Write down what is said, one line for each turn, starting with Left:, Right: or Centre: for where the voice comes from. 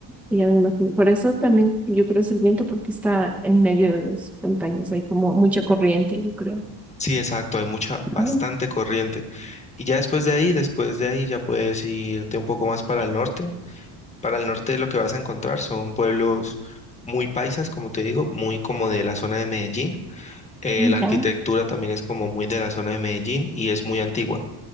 Centre: Ya me imagino. Por eso también yo creo es el viento, porque está en medio de las montañas. Hay como mucha corriente, yo creo.
Left: Sí, exacto, hay mucha, bastante
Centre: Ah,
Left: corriente. Y ya después de ahí, después de ahí ya puedes irte un poco más para el norte. Para el norte lo que vas a encontrar son pueblos muy paisas, como te digo, muy como de la zona de Medellín Eh, la arquitectura
Centre: ya.
Left: también es como muy de la zona de Medellín y es muy antigua,